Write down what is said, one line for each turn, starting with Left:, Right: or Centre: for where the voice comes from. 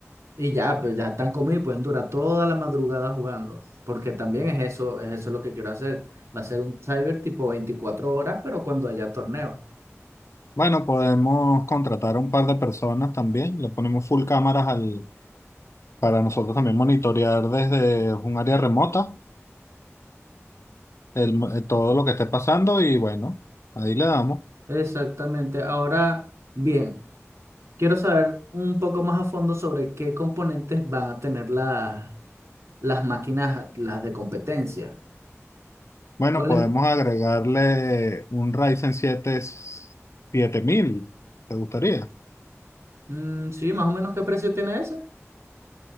Right: y ya, pues ya están comidos y pueden durar toda la madrugada jugando. Porque también es eso, es eso lo que quiero hacer. Va a ser un cyber tipo 24 horas, pero cuando haya torneo.
Left: Bueno, podemos contratar a un par de personas también. Le ponemos full cámaras al, para nosotros también monitorear desde un área remota el, mo- eh, todo lo que esté pasando y bueno, ahí le damos.
Right: Exactamente. Ahora, bien. Quiero saber un poco más a fondo sobre qué componentes van a tener la- las máquinas, las de competencia.
Left: Bueno,
Right: ¿Cuál
Left: podemos
Right: es?
Left: agregarle un Ryzen siete siete mil. ¿Te gustaría?
Right: Mm, sí, más o menos qué precio tiene ese.